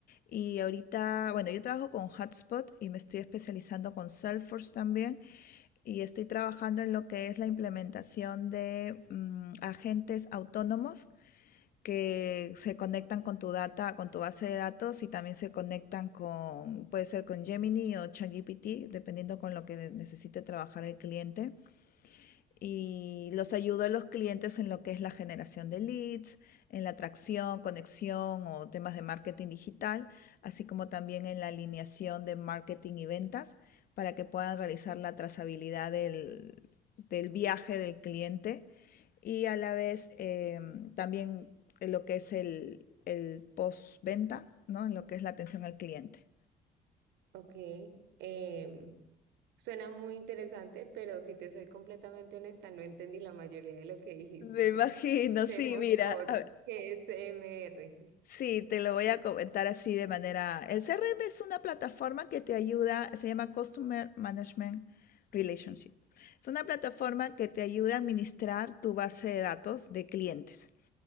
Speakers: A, on the left; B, on the right.
A: y ahorita, bueno, yo trabajo con Hotspot y me estoy especializando con Salesforce también y estoy trabajando en lo que es la implementación de mm, agentes autónomos que se conectan con tu data, con tu base de datos y también se conectan con, puede ser con Gemini o ChatGPT, dependiendo con lo que necesite trabajar el cliente y los ayudo a los clientes en lo que es la generación de leads, en la atracción, conexión o temas de marketing digital, así como también en la alineación de marketing y ventas para que puedan realizar la trazabilidad del, del viaje del cliente y a la vez eh, también en lo que es el, el postventa, ¿no? En lo que es la atención al cliente.
B: Ok, em, suena muy interesante, pero si te soy completamente honesta, no entendí la mayoría de lo que dijiste.
A: Me imagino,
B: Vemos
A: sí, mira,
B: por
A: a-
B: GSMR.
A: Sí, te lo voy a comentar así de manera. El CRM es una plataforma que te ayuda, se llama Customer Management Relationship. Es una plataforma que te ayuda a administrar tu base de datos de clientes.